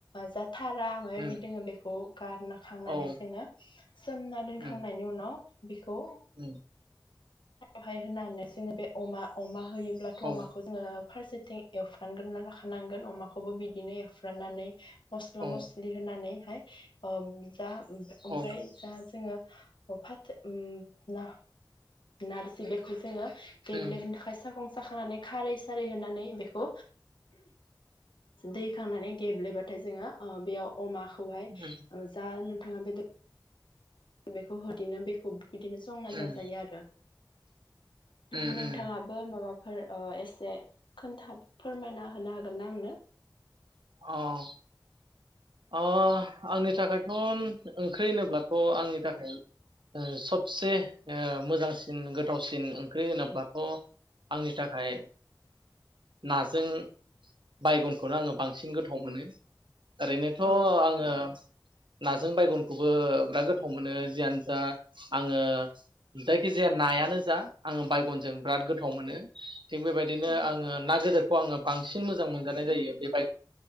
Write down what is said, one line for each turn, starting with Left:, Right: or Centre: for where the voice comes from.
Left: जा थारा माबा
Right: उम
Left: माबि दोङो बेखौ गारना खांनानै
Right: औ
Left: जोङो सोमना दोनखांनायनि
Right: उम
Left: उनाव बेखौ
Right: उम।
Left: हाय होननानै जोङो बे अमा अमा होयोब्लाथ'
Right: औ
Left: अमाखौ जोङो फारसेथिं एवफ्रानग्रोना लाखानांगोन अमाखौबो बिदिनो एवफ्राननानै मस्ला
Right: औ
Left: मस्लि होनानै ओम जा। ओमफ्राय
Right: औ
Left: जा जोङो बफाद उम ना नारसि बेु जोङो गेब्लेहनो
Right: उम
Left: थाखाय सं साखांनानै खारै सारै होनानै बेखौ दैखांनानै गेब्लेबाथाय जोङो बेयाव अमाखौहाय
Right: उम
Left: जा थाङा बेद बेखौ होदिनो बेखौ बिदिनो संना
Right: उम
Left: जाजायो आरो
Right: उम
Left: नोंथाङाबो
Right: उम
Left: माबाफोर ओ एसे खोन्था फोरमायना होनो हागोन ना आंनो?
Right: अह अह आंनि थाखायथ' ओंख्रि होनोब्ला थ' आंनि थाखाय सबसे मोजांसिन गो गोथावसिन ओंख्रि होनोब्लाथ' आंनि थाखाय नाजों बायगनखौनो आङो <unintelligible> बांसिन गोथाव मोनो ओरैनोथ'
Left: औ
Right: आङो नाजों बायगनखौबो बिराद गोथाव मोनो जियानो जा आङो जायखिजाया नायानो जा आङो बायगनजों बिराद गोथाव मोनो थिग बेबायदिनो
Left: औ
Right: आङो ना गदिरखौ आङो बांसिन ऐ मोजां मोनजानाय जायो बे बायगनखौ